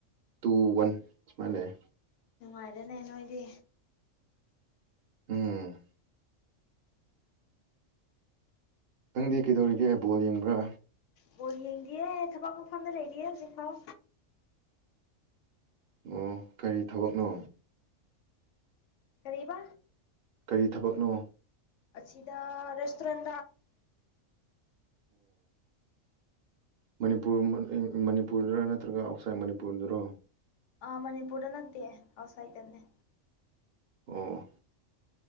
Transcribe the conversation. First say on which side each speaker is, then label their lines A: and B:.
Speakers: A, on the right; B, on the left.
A: ꯇꯨ ꯋꯥꯟ ꯁꯨꯃꯥꯏꯅ ꯂꯩꯦ
B: ꯅꯨꯡꯉꯥꯏꯔꯅꯦ ꯅꯣꯏꯗꯤ
A: ꯎꯝ ꯅꯪꯗꯤ ꯀꯩꯗꯧꯔꯤꯒꯦ ꯕꯣꯜ ꯌꯦꯡꯕ꯭ꯔꯥ
B: ꯕꯣꯣꯟ ꯌꯦꯡꯗꯤꯌꯦ ꯊꯕꯛ ꯃꯐꯝꯐꯝꯗ ꯂꯩꯔꯤꯌꯦ ꯁꯤꯐꯥꯎ
A: ꯑꯣ ꯀꯔꯤ ꯊꯕꯛꯅꯣ
B: ꯀꯔꯤꯕꯥ
A: ꯀꯔꯤ ꯊꯕꯛꯅꯣ
B: ꯑꯁꯤ ꯁꯤꯗ ꯔꯦꯁꯇꯣꯔꯦꯟ
A: ꯑꯣ ꯅꯤꯄꯨꯔ ꯃꯅꯤꯄꯨꯔꯗꯨꯔ ꯅꯠꯇ꯭ꯔꯒ ꯑꯥꯎꯠꯁꯥꯏꯠ ꯃꯅꯤꯄꯨꯔꯗꯨꯔꯣ
B: ꯑ ꯃꯅꯤꯄꯨꯔꯔꯅꯠꯇꯦꯦ ꯍꯁꯥꯏꯇꯟꯅꯦ
A: ꯑ